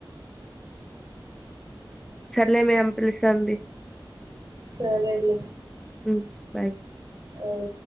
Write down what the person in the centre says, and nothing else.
చర్లే మేం పిలుసంది
మ్మ్ బాయ్